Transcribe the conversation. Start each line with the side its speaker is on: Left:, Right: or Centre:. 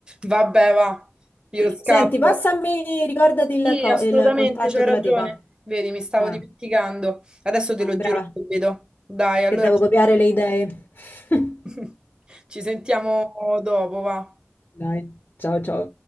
Right: Vabbè, va, io scappo.
Left: Senti, passami, ricordati il,
Right: Sì,
Left: co-
Right: assolutamente,
Left: il contatto
Right: c'hai
Left: della
Right: ragione.
Left: tipa.
Right: Vedi, mi stavo
Left: Ah,
Right: dimenticando. Adesso te
Left: no,
Right: lo
Left: brava,
Right: giro subito. Dai, allora
Left: che devo copiare le idee. <laughs>
Right: <laughs> ci sentiamo dopo, va.
Left: Dai, ciao ciao.